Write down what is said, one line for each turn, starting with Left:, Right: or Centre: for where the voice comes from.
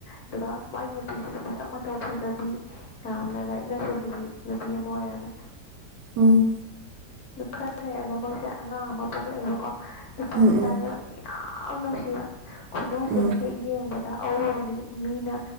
Left: ꯑꯗꯨꯒ ꯃꯥꯒꯤ ꯅꯨꯄꯤꯁꯤꯁꯨ ꯃꯁꯛ ꯃꯇꯧ ꯐꯖꯕꯤ ꯌꯥꯝꯅ ꯂꯥꯏꯔꯤꯛ ꯂꯥꯏꯁꯨ ꯍꯩꯕꯤ ꯅꯨꯄꯤ ꯑꯃ ꯑꯣꯏꯔꯝꯃꯦ
Right: ꯎꯝ
Left: ꯈꯔ ꯂꯩꯔꯒ ꯃꯣꯏꯁꯦ ꯑꯉꯥꯡ ꯑꯃ ꯄꯣꯛꯂꯛꯑꯦꯕꯀꯣ ꯅꯨꯄꯥ
Right: ꯎꯝ
Left: ꯃꯆꯥꯅꯦꯕ
Right: ꯎꯝ
Left: ꯑꯩ ꯌꯥꯝ ꯅꯨꯡꯁꯤꯕ ꯈꯨꯅꯨꯡꯁꯤ
Right: ꯎꯝ
Left: ꯑꯃ ꯍꯦꯛ ꯌꯦꯡꯕꯗ ꯗ ꯑꯎꯕ ꯃꯤ ꯃꯤꯅ